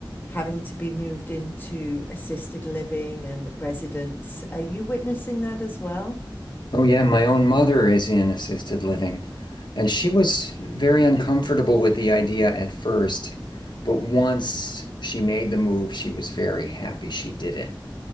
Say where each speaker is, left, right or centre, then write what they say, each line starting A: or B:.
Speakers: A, on the left (about 25°); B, on the left (about 65°).
A: having to be moved into assisted living and residence. Are you witnessing that as well?
B: Oh, yeah, my own mother is in assisted living, and she was very uncomfortable with the idea at first, but once she made the move, she was very happy she did it.